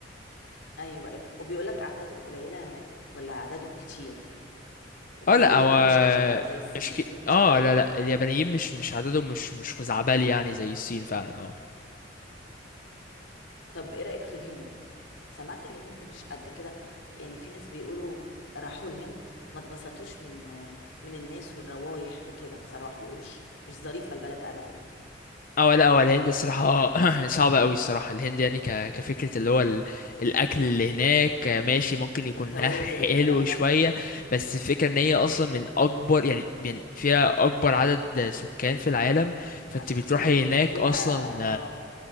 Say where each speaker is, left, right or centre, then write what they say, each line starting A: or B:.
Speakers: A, on the left; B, on the left.
A: ايوه ايوه وبيقول لك اعدادهم قليله ولا اعدادهم كتير متهيألي
B: اه لا
A: اليابان
B: هو
A: مش كتير قوي زي الصين
B: مش
A: الصين
B: كي...
A: كتير
B: اه
A: قوي
B: لا لا اليابانيين مش مش عددهم مش مش خزعبلي يعني زي الصين فعلا اه
A: طب ايه رأيك في الهند سمعت الهند مش قد كده يعني في ناس بيقولوا راحوا الهند ما اتبسطوش من من الناس والروايح وكده بصراحة بيقولوا مش مش ظريفة البلد ابدا
B: اه لا هو الهند الصراحة <clears throat> <laughs> صعبة قوي الصراحة الهند يعني ك... كفكرة اللي هو ال... الأكل اللي هناك ماشي ممكن يكون
A: والتوابل
B: ها حلو
A: والكلام ده
B: شوية بس الفكرة إن هي أصلا من أكبر يعني يعني فيها أكبر عدد سكان في العالم فأنت
A: عشان
B: بتروحي
A: كده يمكن
B: هناك
A: فيها
B: أصلا
A: اه